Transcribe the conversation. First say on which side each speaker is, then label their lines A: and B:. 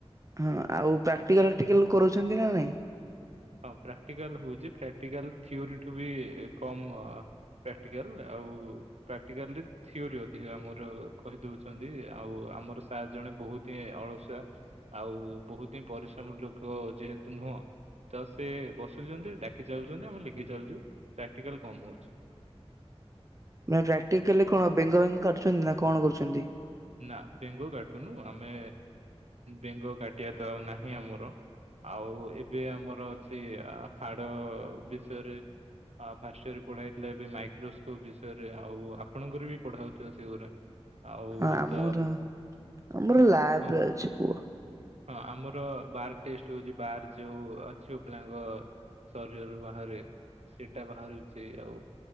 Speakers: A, on the right (about 30°); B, on the right (about 80°).
A: ହଁ ଆଉ ପ୍ରାକ୍ଟିକାଲଟିକାଲ କରଉଛନ୍ତି ନା ନାଇଁ।
B: ହଁ ପ୍ରାକ୍ଟିକାଲ ହଉଛି ପ୍ରାକ୍ଟିକାଲ ଥିଓରୀ ଠୁ ବି କମ। ପ୍ରାକ୍ଟିକାଲ ଆଉ ପ୍ରାକ୍ଟିକାଲରେ। ଥିଓରି ଅଧିକ ଆମର କହିଦଉଛନ୍ତି ଆଉ ଆମର ସାର୍ ଜଣେ ବହୁତ ହିଁ ଅଳସୁଆ। ଆଉ ବହୁତ ହିଁ ପରିଶ୍ରମର ଲୋକ ଯେହେତୁ ନୁହଁ। ତ ସେ ବସୁଛନ୍ତି ଡାକି ଚାଲୁଛନ୍ତି ଆମେ ଲେଖି ଚାଲୁଛୁ ପ୍ରାକ୍ଟିକାଲ କମ ହଉଛି।
A: ମାନେ ପ୍ରାକ୍ଟିକାଲି କଣ ବେଙ୍ଗ ବେଙ୍ଗ କାଟୁଛନ୍ତି ନା କଣ କରୁଛନ୍ତି।
B: ନା ବେଙ୍ଗ କାଟୁନୁ ଆମେ ବେଙ୍ଗ କାଟିବା ତ ଆଉ ନାହିଁ ଆମର। ଆଉ ଏବେ ଆମର ଅଛି ହାଡ ବିଷୟରେ। ଆ ଫାଷ୍ଟ ଇୟରରେ ପଢେଇଥିଲା ଏବେ ମାଇକ୍ରୋସ୍କୋପ ବିଷୟରେ ଆଉ ଆପଣଙ୍କର ବି ପଢା ହଉଥିବ ସେଗୁରା। ଆଉ।
A: ହଁ ଆମର
B: ତ
A: ଆମର ଲାବ୍
B: ହଁ
A: ରେ ଅଛି। କୁହ
B: ହଁ ଆମର ବାର ଟେଷ୍ଟ ହଉଛି ବାର ଯୋଉ ଝିଅ ପିଲାଙ୍କ ଶରୀରରୁ ବାହାରେ ସେଟା ବାହାରୁଛି ଆଉ।